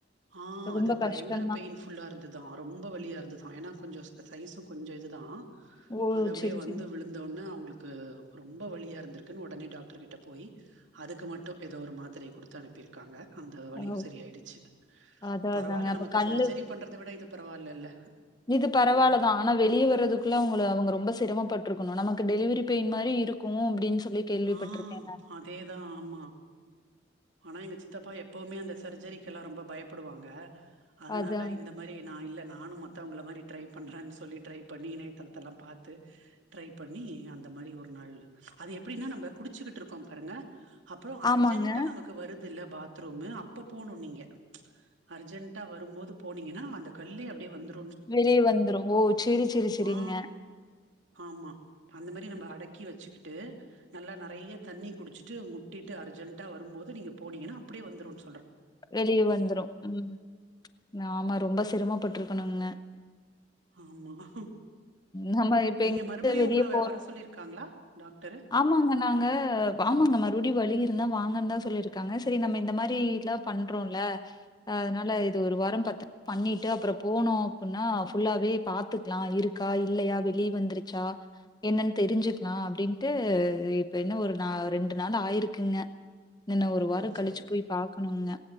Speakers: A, on the right; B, on the left.
A: ஆஹ்
B: ரொம்ப
A: அது பயங்கர
B: கஷ்டம் தான்.
A: பெயின்புல்லா இருந்து இதுதான் ரொம்ப வலியா இருந்து தான் ஏன்னா கொஞ்சம் சைஸும் கொஞ்சம் இதுதான்
B: ஓ!
A: அது அப்படியே
B: சரி,
A: வந்து
B: சரி.
A: விழுந்தோன்னே அவங்களுக்கு ரொம்ப வலியா இருந்திருக்குன்னு உடனே டாக்டர் கிட்ட போய் அதுக்கு மட்டும் மட்டும் ஏதோ ஒரு மாத்திரையை கொடுத்து அனுப்பியிருக்காங்க அந்த வலியும்
B: ஓ!
A: சரி ஆயிடுச்சு
B: அதான்
A: பரவாயில்ல
B: அதாங்க. அப்ப
A: நமக்கு
B: கல்லு
A: சர்ஜரி பண்றத விட இது பரவாலெல்ல
B: இது பரவாயில்ல தான் ஆனா வெளியே வரதுக்குள்ள அவங்கள அவங்கொ ரொம்ப சிரமப்பட்டிருக்கணும் நமக்கு டெலிவரி பெயின் மாதிரி இருக்கும் அப்படின்னு சொல்லி கேள்விப்பட்டுருக்கேன்
A: ஆஹ்
B: நானு.
A: அதேதான் ஆமா ஆனா எங்க சித்தப்பா எப்பவுமே அந்த சர்ஜரி எல்லாம் ரொம்ப பயப்படுவாங்க அதனால
B: அதாங்க.
A: இந்த மாதிரி நான் இல்ல நானும் மத்தவங்கள மாதிரி ட்ரை பண்றே சொல்லி ட்ரை பண்ணி இணையதளத்தெல்லாம் பார்த்து ட்ரை பண்ணி அந்த மாதிரி ஒரு நாள் அதே எப்டினா நம்ம குடிச்சுட்டு இருக்கும் பாருங்க அப்புறம் அர்ஜண்டா
B: ஆமாங்க.
A: நமக்கு வருது இல்ல பாத்ரூம் அப்ப போனும் நீங்க அர்ஜென்டா வரும்போது போனீங்கன்னா அந்த கல்லே அப்படியே வந்துடும்
B: வெளியே வந்துரும் ஓ சரி சரி சரிங்க
A: ஆ ஆமா அந்த மாதிரி நம்ம அடக்கி வச்சுக்கிட்டு நல்லா நிறைய தண்ணி குடிச்சுட்டு முட்டிட்டு அர்ஜென்டா வரும்போது நீங்க போனீங்கன்னா அப்படியே வந்துடும்
B: வெளியே வந்துரும் உம் நாம ரொம்ப சிரம பட்ருக்கோம் ண்ணுங்க
A: ஆமா
B: நம்ம இப்ப
A: நீங்க
B: எங்க
A: மறுபடியு
B: வெளியே
A: உங்கள
B: போறோம்
A: வர சொல்லிருக்காங்களா டாக்டரு
B: ஆமாங்க நாங்க ஆமாங்க மறுபடியும் வழி இருந்தா வாங்க தான் சொல்லியிருக்காங்க சரி நம்ம இந்த மாதிரி எல்லாம் பண்றோம்ல அதனால இது ஒரு வாரம் பத்து பண்ணிட்டு அப்புறம் போனோம் அப்படின்னா ஃபுல்லாவே பாத்துக்கலாம் இருக்கா இல்லையா வெளியே வந்துருச்சா என்னன்னு தெரிஞ்சுக்கலாம் அப்படின்ட்டு இப்ப என்ன ஒரு நா ரெண்டு நாள் ஆயிருக்குங்க இன்னு ஒரு
A: ஓ
B: வாரம்
A: செரி
B: கழிச்சு போயி் பாக்கணுங்க